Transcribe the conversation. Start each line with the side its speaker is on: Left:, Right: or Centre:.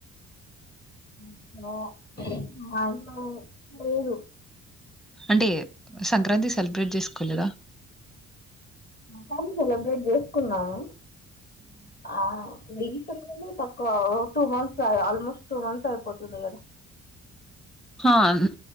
Left: మ్మ్ ఆ మా ఇంట్లో లేదు
Centre: అంటే సంక్రాంతి సెలబ్రేట్ చేసుకోలేదా
Left: కానీ సెలబ్రేట్ జేసుకున్నాము ఆ రీసెన్ గానే తక్కువ two months almost two months అయిపోతుంది కదా
Centre: హ్మ